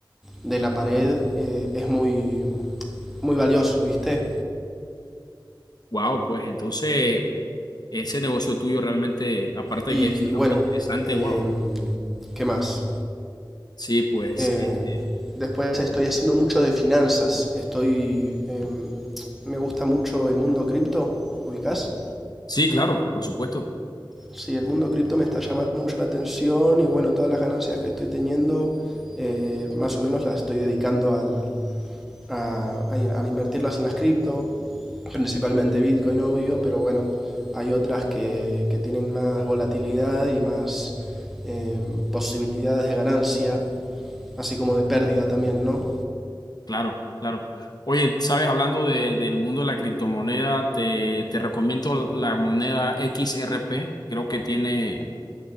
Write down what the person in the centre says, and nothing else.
de la pared eh, es muy, muy valioso, ¿viste?
Y
bueno,
eh,
¿qué más?
Eh,
después estoy haciendo mucho de finanzas, estoy... eh, me gusta mucho el mundo cripto, ¿ubicás?
Sí, el mundo cripto me está llamando mucho la atención y bueno, todas las ganancias que estoy teniendo, eh, más o menos las estoy dedicando al, a, a- al invertirlas en las cripto, principalmente Bitcoin, obvio, pero bueno, hay otras que, que tienen más volatilidad y más eh, posibilidades de ganancia, así como de pérdida también, ¿no?